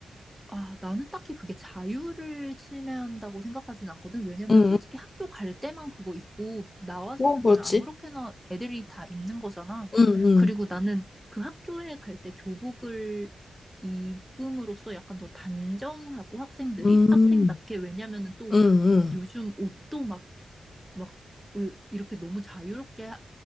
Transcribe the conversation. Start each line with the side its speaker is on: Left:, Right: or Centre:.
Centre: 아, 나는 딱히 그게 자유를 침해한다고 생각하진 않거든. 왜냐면
Left: 응.
Centre: 솔직히 학교 갈 때만 그거 입고 나와서는
Left: 응. 어, 그렇지?
Centre: 그냥 아무렇게나 애들이 다 입는 거잖아.
Left: 응, 응,
Centre: 그리고 나는 그 학교에 갈 때 교복을 입음으로써 약간 더 단정하고 학생들이
Left: 응,
Centre: 학생답게 왜냐면은 또
Left: 응, 응.
Centre: 요즘 옷도 막, 막, 으, 이렇게 너무 자유롭게 하-